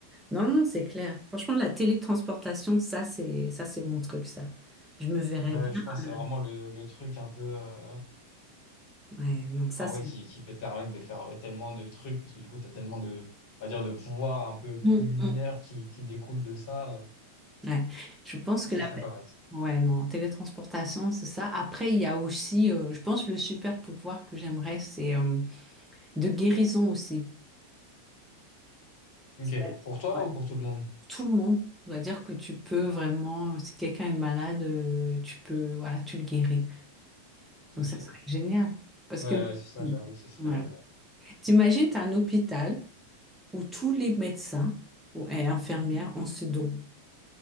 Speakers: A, in the centre; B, on the left.
A: Non, non, c'est clair. Franchement, la télétransportation, ça, c'est, ça, c'est mon truc, ça. Je me verrais
B: Ouais,
A: bien.
B: je pense que
A: euh,
B: c'est vraiment le, le truc un peu, euh,
A: Ouais, non, ça
B: enfin
A: c'est.
B: ouais, qui, qui peut te permettre de faire ouais, tellement de trucs, parce que du coup, t'as tellement de, on va dire, de pouvoirs un peu plus
A: Mm,
B: mineurs
A: mm.
B: qui, qui découlent de ça. euh.
A: Ouais. Je pense
B: Ouais,
A: que
B: ça
A: la.
B: serait pas mal.
A: Ouais, non, télétransportation, c'est ça. Après, il y a aussi, euh, je pense, le super pouvoir que j'aimerais, c'est euh, de guérison aussi.
B: Ok.
A: C'est-à-dire,
B: Pour toi
A: ouais,
B: ou pour tout le monde?
A: Tout le monde. C'est-à-dire que tu peux vraiment, si quelqu'un est malade, euh, tu peux, voilà, tu le guéris. Donc,
B: Ok,
A: ça
B: ouais.
A: serait génial. Parce
B: Ouais,
A: que,
B: ouais, c'est ça,
A: Mm.
B: j'avoue que ce serait.
A: ouais.
B: euh,
A: T'imagines, tu as un hôpital où tous les médecins ou, et infirmières ont ce don.